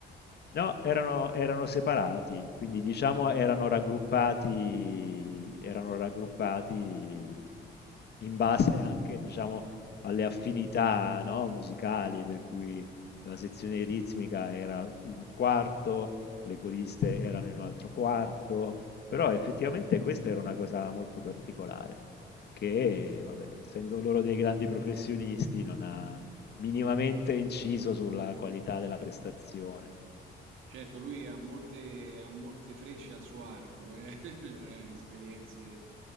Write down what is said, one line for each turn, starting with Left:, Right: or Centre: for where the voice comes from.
Left: No, erano, erano separati, quindi diciamo erano raggruppati, erano raggruppati in base anche, diciamo, alle affinità, no, musicali, per cui la sezione ritmica era in un quarto, le coriste erano in un altro quarto, però effettivamente questa era una cosa molto particolare, che, vabbè, essendo loro dei grandi professionisti, non ha minimamente inciso sulla qualità della prestazione.
Right: Certo, lui ha molte, ha molte frecce al suo arco, eh? <laughs> Esperienze